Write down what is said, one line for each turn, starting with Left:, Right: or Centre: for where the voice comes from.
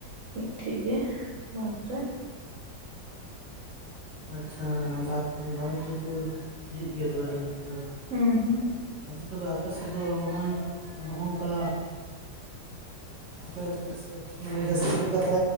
Right: ᱢᱤᱫᱴᱷᱮᱡ ᱜᱮ ᱵᱟᱫᱽ ᱨᱮ
Centre: ᱟᱪᱪᱷᱟ ᱵᱟᱸᱫᱽ, ᱵᱟᱸᱫᱽ ᱨᱮᱠᱚ ᱦᱤᱡᱩᱜ ᱜᱮᱭᱟ ᱠᱚ ᱟᱫᱚᱼᱼ
Right: ᱦᱩᱸ ᱦᱩᱸ ᱾
Centre: ᱟᱫᱚ ᱛᱚᱵᱮ ᱟᱯᱮ ᱥᱮᱫ ᱫᱚ ᱱᱚᱜᱼᱚᱭ, ᱦᱚᱸᱜ ᱱᱚᱝᱠᱟ ᱟᱯᱮ ᱥᱮ <unintelligible> ᱢᱟᱱᱮ ᱡᱟᱹᱥᱛᱤ ᱞᱮᱠᱟᱛᱮ